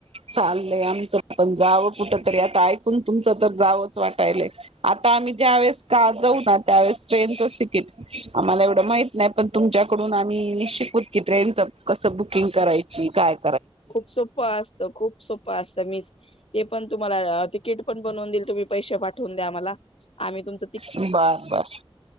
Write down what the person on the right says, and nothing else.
चाललंय आमच पण जावं कुठ तरी आता ऐकून,, तुमचं तर जावंच वाटायलाय,, आता आमऽऽ ज्या वेळेस जाऊ ना त्यावेळेस ट्रेनचच तिकीट आम्हाला एवढ माहित नाही पण तुमच्याकडून आऽऽ मी निश्चिक होत की ट्रेनच कसं बुकिंग करायची कायऽ?
बर, बर,